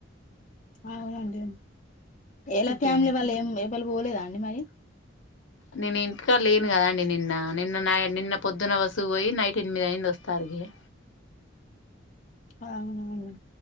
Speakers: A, on the left; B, on the left.
A: అవునండి ఎలా
B: అంతే
A: ఫ్యామిలీ వాళ్ళు ఏం ఎవళ్లు పోలేదా అండి మరి
B: నేను ఇంటికాడ లేను కదాండి నిన్న నిన్న నై నిన్న పొద్దున బస్సుకిపోయి నైట్ ఎనిమిది అయింది వస్తా <unintelligible>
A: అవునవును